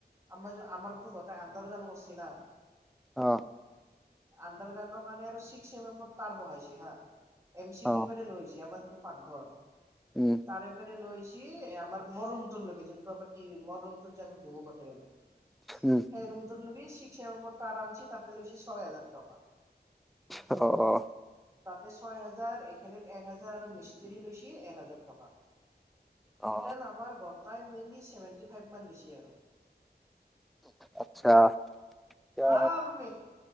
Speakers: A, on the right; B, in the centre.
A: আমাৰ আমাৰটো বৰ্ত ত আন্দাৰ গ্ৰাউণ্ড কৰিছি না
B: অ
A: আন্দৰ গ্ৰাউণ্ডৰ কাৰণে আৰু চিকছ এম মেমৰ তাৰ বহাইছি হা এম চি
B: অ
A: বিৰ পৰা লৈছি আমাৰ যোন পাকঘৰ
B: উম
A: তাৰে প্ৰায় লৈছি ছিল আমাৰ মৰ ৰোমটোৰ লৈকে যোনটো আমাৰ মৰ ৰোমটোত যে বহু গটে কেইটাই
B: উম
A: সেই ৰুমটোৰ লৈকে লৈছ চিকছ এম মেমৰ তাতে লৈছি ছয় হেজাৰ টকা
B: অ অ
A: তাতে ছয় হাজাৰ এইখত এক হাজাৰ আৰু মিস্ত্ৰী লৈছ এক হাজাৰ টকা,
B: অ
A: টোটেল আমাৰ গ পাৰ মিনিট চছেভেনটি ফাইভ মান গেছে আৰু
B: আচ্ছা। এতিয়া
A: আহ আমি।